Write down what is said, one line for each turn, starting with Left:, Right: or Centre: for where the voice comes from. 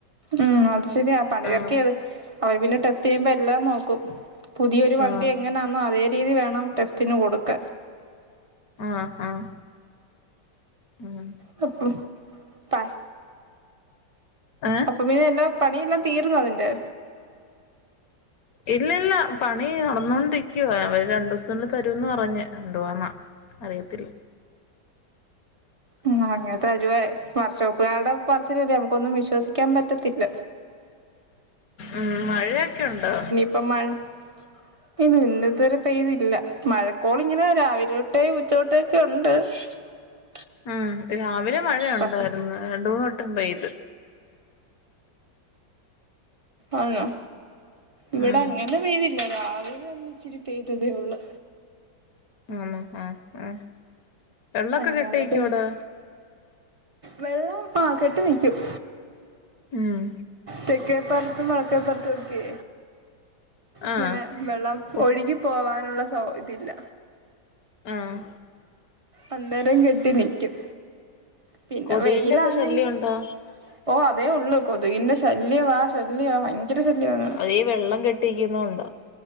Right: ഉം അത് ശരിയാ പണി ചറക്കിയാണ്
Left: ആഹ്
Right: അവര് പിന്നെ ടെസ്റ്റ് ചെയ്യുമ്പോ എല്ലാം നോക്കും പുതിയൊരു വണ്ടി
Left: ആഹ്
Right: എങ്ങനാണോ അതേ രീതി വേണം ടെസ്റ്റിന് കൊടുക്ക
Left: ആ- ആ- ആ-മ്
Right: <unintelligible> പാ
Left: ഏഹ്
Right: അപ്പൊ മീന എല്ലാം പണിയെല്ലാം തീർന്ന നിന്റെ
Left: ഇല്ല ഇല്ല പണി നടന്നുകൊണ്ടിരിക്ക ഒരു രണ്ട് ദിവസത്തിുള്ളിൽ തരുമെന്ന് പറഞ്ഞ് എന്തുവാെന്നാ അറിയത്തില്ല
Right: ഉ അങ്ങനത്തെരുവ വർഷവക്കുകാരുടെ പറസിലല്ലേ നമുക്കൊന്നും വിശ്വസിക്കാൻ പറ്റത്തില്ല
Left: ഉം മഴയൊക്കെുണ്ട്
Right: <unintelligible> ഇല്ല ഇന്നത്തെവരെ പെയ്തില്ല മഴക്കോളിങ്ങനെ രാവിലെ തോട്ടേ ഉച്ചോട്ടേ ഒക്കെ ഉണ്ട് <unintelligible>
Left: ഉം രാവിലെ മഴയ ഉണ്ടായിരുന്നു
Right: പക്ഷെ
Left: രണ്ട മൂന്ന് വെട്ടം പെയ്ത്
Right: ആന്നോ ഇവിടെ
Left: ഉം
Right: അങ്ങനെ പെയ്തില്ല രാവിലെ ഒന്നിച്ചിരി പെയ്തതേ ഒള്ളു.
Left: ആണോ ആഹ് ആഹ് വെള്ളൊക്കെ
Right: അല്ലാതെ
Left: കെട്ടി നിക്കോ
Right: പിന്നെ
Left: അവിടെ
Right: വെള്ളം ആ കെട്ടി നിക്ക്യും
Left: ഉം
Right: തെക്കേപ്പർത്തും വടെക്കേപ്പർത്തൊക്കെ
Left: ആഹ്
Right: ഇങ്ങനെ. വെള്ളം
Left: കൊ
Right: ഒഴുകി പോവാനുള്ള സൗ ഇതില്ല.
Left: ആഹ്
Right: അന്നേരം കെട്ടി നിക്ക്യും. പിന്നെ
Left: കൊതുകിന്റെ
Right: വെയിലാന്നെങ്കി
Left: ഒക്കെ ശല്യം ഉണ്ടോ
Right: ഓ അതേ ഒള്ളൂ. കൊതുകിന്റെ ശല്യവാ ശല്യ ഭയങ്കര ശല്യ <unintelligible>
Left: അതീ വെള്ളം കെട്ടിക്ക്ന്നോണ്ടൊ.